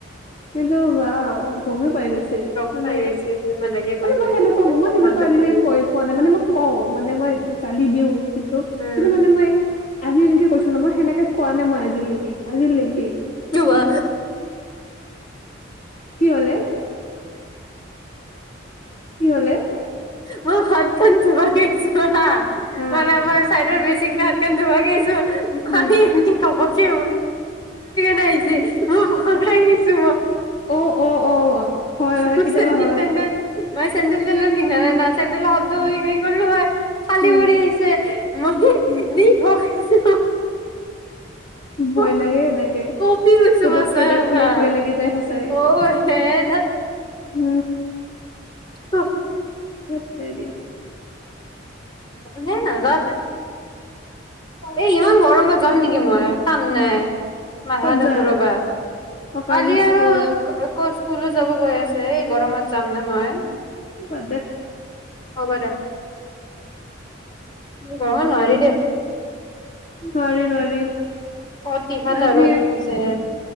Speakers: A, on the left (about 40°); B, on the left (about 25°).
A: কিন্তু ৱাও। পাই গৈছে
B: গম
A: মানে
B: পাই গৈছো যে বেলেগে
A: মানে
B: কৈছে
A: মই সেনেকুৱা
B: বুলি এ
A: মই সেনেকুৱা
B: মনটো
A: আজিলৈ
B: ভাল লাগিছে
A: কৈ পোৱা নাই মানে মই কওঁ। মানে মই গালি দিওঁ। কিন্তু
B: উম
A: কিন্তু মানে মই। আজি এনেকে কৈছো ন মই সেনেকে কোৱা নাই মই আজিলেকে আজিলেকে।
B: যোৱা।
A: কি হলে? কি হলে?
B: মই হাত খন ধুবা গেচীলো হা।
A: হা
B: মানে আমাৰ চাইডৰ হাত খন ধোৱা গৈছে ভাই
A: উম
B: এনেকে খাব। <unintelligible> কে ন আহ যে মই ভয় খাই গৈইছো
A: অ অ অ হয় হয়
B: মই
A: কেতিয়াবা
B: চেন্দেল
A: হয়
B: তেন্দেল। মই চেণ্ডেল তেণ্ডেল পিন্ধা নাই না চেণ্ডেলৰ শব্দ হেৰিলো হয় খালি
A: উম
B: ভৰি আহিছে মই
A: উম
B: নি খাইছে
A: ভয়
B: মই
A: লাগে এনেকে
B: কপি কৈছোঁ
A: পুতককে
B: মছা
A: দেখিলে
B: হা
A: ভয় লাগি যায় সঁচাই
B: অ সে ধেত।
A: উম
B: আহ।
A: ধেত তেৰী।
B: নাই নাযাম এ ইমান গৰমত যাম নেকি মই কাম নাই। মাঠা
A: ক'ত
B: চাথা
A: যা
B: ঘুৰাবা
A: অকালি
B: কালি
A: স্কুল
B: আৰু কৈ হুলো যাব কৈ আছে এই গৰমত যাম নে মই।
A: বাদ দে।
B: হ'ব দে। গৰমত নোৱাৰি দে।
A: নোৱাৰি নোৱাৰি।
B: কতি ফাতা
A: আজি
B: ৰদ দিছে।